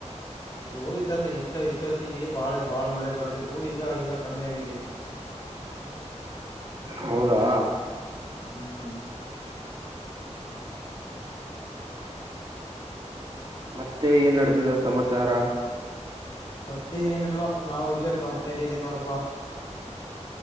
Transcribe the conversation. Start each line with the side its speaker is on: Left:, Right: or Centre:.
Left: ಅದು ಇಟ್ಟತ್ತ ಇಷ್ಟ ಇಷ್ಟೊತ್ತಿಗೆ ಬಾಳೆ ಬಾಳ ಮಳೆ ಬರ್ತಿತ್ತು ಈಗ ಈಗ ಕಮ್ಮಿ ಆಗಿದೆ
Right: ಹೌದಾ
Left: ಹ್ಮ್
Right: ಮತ್ತೆ ಏ ನಡೆದಿದ ಸಮಾಚಾರ
Left: ಮತ್ತೆ ಏನಲ್ಲ ನಾವು ಇಲ್ಲ ಕಂಪನಿಯಲ್ಲಿ ಇದೀವಿ ನೋಡಪ್ಪಾ